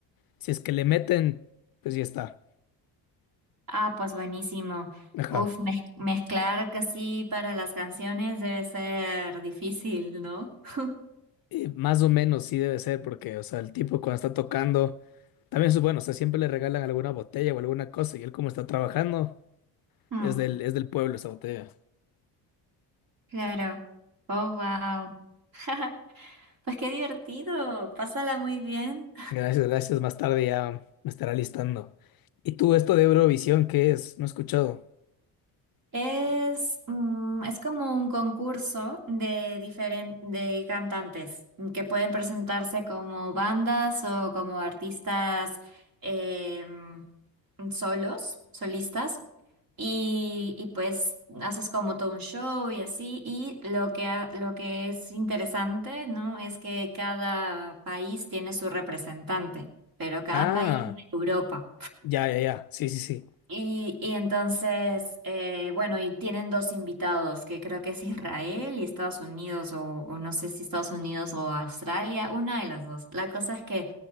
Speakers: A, on the left; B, on the right.
A: Si es que le meten, pues ya está.
B: Ah, pues buenísimo.
A: Ajá.
B: Uf, mez- mezclar casi para las canciones debe ser difícil, ¿no? <laughs>
A: Y más o menos sí debe ser, porque, o sea, el tipo cuando está tocando, también es bueno, o sea, siempre le regalan alguna botella o alguna cosa y él como está trabajando.
B: Mm,
A: Es del, es del pueblo esa botella.
B: claro. Oh, wow. <laughs> Pues qué divertido. Pásala muy bien.
A: Gracias, gracias. Más tarde ya me estará listando. ¿Y tú esto de Eurovisión qué es? No he escuchado.
B: Es, mm, es como un concurso de diferen- de cantantes mm, que pueden presentarse como bandas o como artistas em, solos, solistas. Y, y pues haces como todo un show y así. Y lo que, ha- lo que es interesante, ¿no? Es que cada país tiene su representante, pero cada
A: Ah,
B: país de Europa.
A: ya, ya, ya. Sí, sí, sí.
B: Y, y entonces, eh, bueno, y tienen dos invitados, que creo que es Israel y Estados Unidos, o, o no sé si Estados Unidos o Australia, una de las dos. La cosa es que